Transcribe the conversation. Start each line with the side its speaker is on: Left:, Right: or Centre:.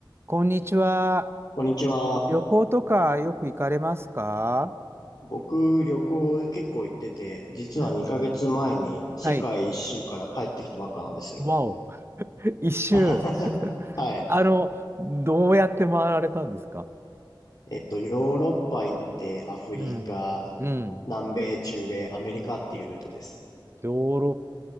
Right: こんにちは。
Left: こんにちは。
Right: 旅行とかよく行かれますか
Left: 僕、旅行結構行ってて、実は2ヶ月前に世界一はい。
Right: うん。はい。
Left: 周から帰ってきたばっかなんですよ。
Right: わお。<laughs> 一周。
Left: 一周。はい。
Right: あの、どうやって回られたんですか
Left: えっと、ヨーロッパ行って、アフリカ、
Right: うん。うん。
Left: 南米、中米、アメリカっていうルートです。
Right: ヨーロ